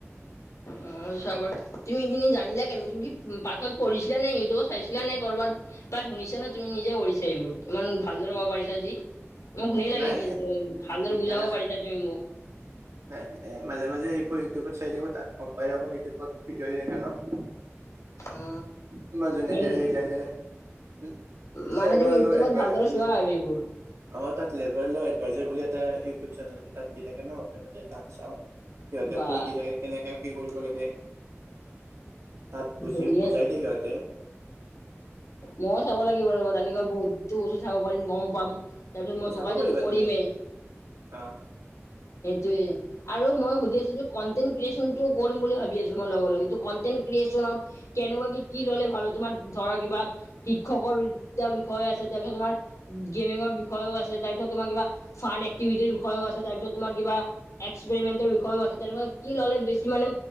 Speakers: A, on the left; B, on the right.
A: অ চাবা তুমি এখিনি জানিলা কেনেকে তুমি কি পাঠত পঢ়িছিলা নে ইউটিউবত চাইছিলা নে কৰ'বাত পাই শুনিছা নে তুমি নিজে কৰিছা এইবোৰ ইমান ভালদৰে কব পাৰিছা আজি মোক শুনি লাগিল
B: নাই
A: কিন্তু ভালদৰে বুজাব
B: নাই
A: পাৰিছা তুমি মোক
B: নাই এনে মাজে মাজে এইবোৰ ইউটিউবত চাই থাকো তাত গম পাই থাকো ইউটিউবত ভিডিঅ দি থাকে ন
A: অ
B: তোমাৰ যেনেকে
A: উম
B: সেই থাকে উম
A: মানে
B: লেবাৰ
A: তুমি ইউটিউবত
B: ল এদভাইট
A: ভালদৰে চোৱা আৰু এইবোৰ
B: অ তাত লেবাৰ ল এডভাইজাৰ বুলি এটা ইউটিউব চেনেল আছে তাত দি থাকে ন মাজে মাজে তাত চাওঁ সিহঁতে
A: বা
B: কৈ দিলে কেনেকা কি কৰিব লাগে তাত বুজি
A: ধুনীয়া
B: বুজাই
A: চোন
B: দিয়ে সিহঁতে
A: ময়ো চাব লাগিব ৰ তেনেকৈ বহুতো বস্তু চাব পাৰিম গম পাম তাৰপিছত মই
B: অ চাব
A: দোকান যিহেতু
B: পাৰিবা
A: কৰিমেই
B: তুমি অ
A: সেইটোৱে আৰু মই সুধি আছো কনটেন্ট ক্ৰিয়েচনটো কৰিম বুলি ভাবি আছো মই লগে লগে এটো কটেন্ট ক্ৰিয়েচনত কেনেকুৱা কি কি ল'লে ভাল তোমাৰ ধৰা কিবা শিক্ষকৰ এতিয়া বিষয়ে আছে তাৰপিছত তোমাৰ গেমিঙৰ বিষয়েও আছে তাৰপিছত তোমাৰ কিবা ফান এক্টিভিটি বিষয়ো আছে তাৰপিছত তোমাৰ কিবা এক্সপেৰিমেণ্টেল বিষয়েও আছে তেনেকা কি ললে বেছি মানে